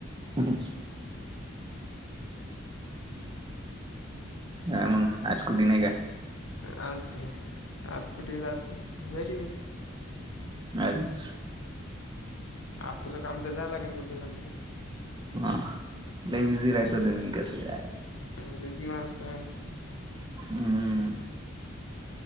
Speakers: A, on the right; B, on the left.
A: ह ह हा मग आज कुठी नाही का?
B: आज आज कुटी जाचं घरीच
A: घरीच
B: आठवलं काम तर जाया लागल कुठे ना कुठे
A: हा लय बिझी राहता तुम्ही कसं काय?
B: आम्ही बिझी माणसं.
A: हम्म,